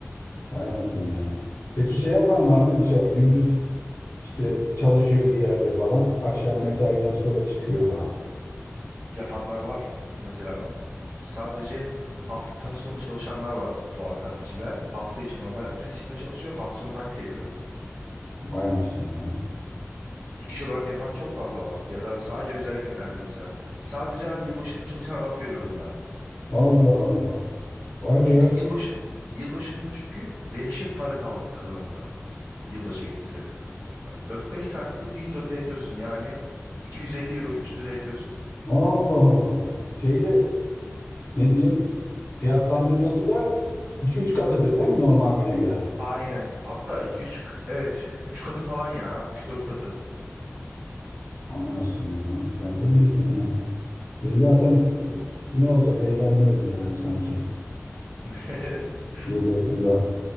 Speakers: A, on the left (about 55°); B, on the right (about 50°).
A: Vay anasını ya. Peki şey yapan var mı? Şey, gündüz işte çalışıyor bir yerde falan. Akşam mesaiden sonra çıkıyor falan.
B: Yapanlar var. Mesela sadece hafta sonu çalışanlar var bu taksiciler. Hafta içi normal ofis içinde çalışıyor. Hafta sonu taksi yapıyor.
A: Vay anasını ya.
B: İki kişi olarak yapan çok fazla var. Ya da sadece özel günlerde mesela. Sadece abi yılbaşında çalışan adam görüyorum ben.
A: Allah Allah. Vay
B: Çünkü
A: be.
B: yılbaşı yılbaşında çünkü dehşet para kaldı kazanılıyor. Yılbaşı gecesi. Yani dört beş saatte 1000 zote yapıyorsun. Yani iki yüz elli euro 300 lira yapıyorsun.
A: Allah Allah. Şeyde e, ne diyeyim? Fiyatlandırması da iki üç katıdır değil mi normal güne göre?
B: Aynen. Hatta iki üç evet üç katı falan ya. Üç dört katı.
A: Vay anasını ya. Sen ne diyorsun ya? Biz zaten e, ne olacak? Eğlenmeyiz yani sanki.
B: <laughs>
A: yıl Yılbaşında